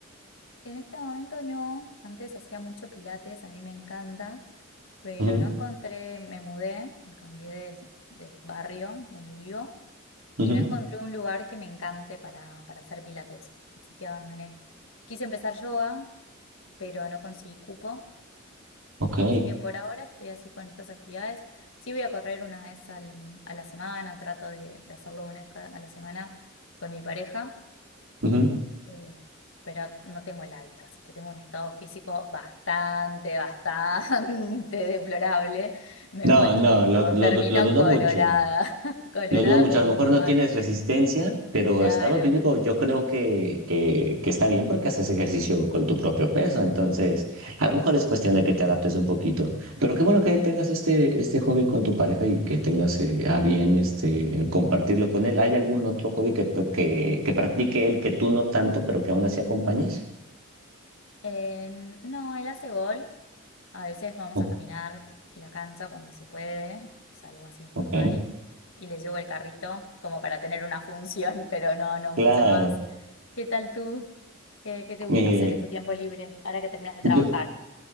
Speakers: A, on the left; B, on the right.
A: En este momento no, antes hacía mucho pilates, a mí me encanta. pero
B: Ujú,
A: no encontré, me mudé, me cambié de, de barrio donde vivo
B: ujú,
A: y no encontré un lugar que me encante para, para hacer pilates, así que abandoné. Quise empezar yoga, pero no conseguí cupo,
B: Ok.
A: así que por ahora estoy así con estas actividades. Sí voy a correr una vez al- a la semana, o trato de, de hacerlo una vez ca- a la semana con mi pareja
B: ujú.
A: eh, pero no tengo el hábito, así que tengo un estado físico bastante, bastante <laughs> deplorable. Me
B: No,
A: cuesta
B: no,
A: un montón,
B: lo, lo,
A: termino
B: du- lo dudo
A: colorada,
B: mucho.
A: <laughs> colorada
B: Lo dudo mucho.
A: como
B: A lo
A: un
B: mejor
A: tomate.
B: no tienes resistencia, pero
A: Claro,
B: estado físico yo creo que, que, que está bien porque haces ejercicio con tu propio peso. Entonces, a
A: sí,
B: lo mejor es cuestión de que te adaptes un poquito. Pero qué bueno que
A: sí.
B: tengas este, este hobby con tu pareja y que tengas eh, a bien este, compartirlo con él. ¿Hay algún otro hobby que, que, que practique él que tú no tanto, pero que aún así acompañes?
A: Eh, no, él hace golf. A veces vamos
B: O-
A: a caminar la cancha cuando se puede, que es algo más informal.
B: Ok,
A: Y le llevo el carrito como para tener una función, <laughs> pero no, no
B: claro.
A: mucho más. ¿Qué tal tú? ¿Qué, qué te gusta
B: Eh,
A: hacer en tu tiempo libre ahora que terminas de
B: yo,
A: trabajar?